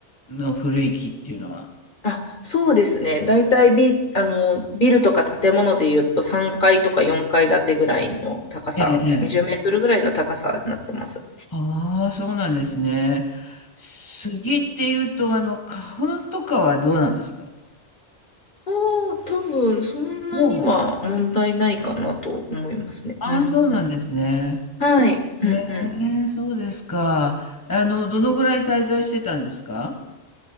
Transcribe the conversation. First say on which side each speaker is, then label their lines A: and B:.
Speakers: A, on the left (about 15°); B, on the left (about 45°).
A: の古い木っていうのは。
B: あ、そうですね。大体ビ、あの、ビルとか建物で言うと3階とか4階建てぐらいの高さ、
A: ええ。
B: 20メートルぐらいの高さになってます。
A: えああ、そうなんですね。杉っていうと、あの、花粉とかはどうなんですか
B: おー、多分そんなには問題ないかなと思いますね。
A: もう、ああ、
B: うん、
A: そうなんですね。
B: うん。はい。うん、
A: え
B: うん。
A: え、そうですか。あの、どのぐらい滞在してたんですか